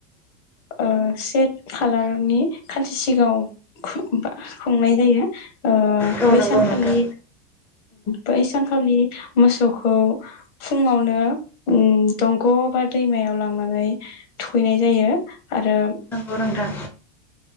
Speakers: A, on the left; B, in the centre.
A: ओ से खालारनि खानसे सिगाङाव <unintelligible> खुंनाय जायो।
B: औ
A: बैसानखालि
B: नंगौ नोंथां।
A: बै सानखालि मोसौखौ फुङावनो ओम दंग' बा दैमायाव लांनानै थुखैनाय जायो। आरो
B: नोंगौ नोंथां।